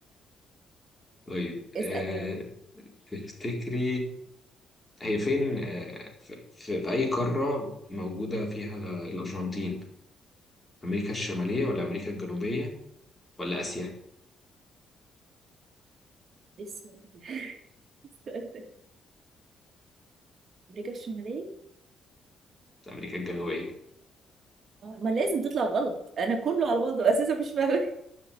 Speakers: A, on the left; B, on the right.
A: طيب
B: اسال
A: آه
B: يلا
A: تفتكري هي فين آه، في, في, في أي قارة موجودة فيها الأرجنتين أمريكا الشمالية ولا أمريكا الجنوبية ولا آسيا
B: ايه السؤال ده إيه السؤال ده؟ امريكا الشماليه
A: أمريكا الجنوبية
B: آه، ما لازم تطلع غلط انا كله على بعضه اساسا مش فاهمه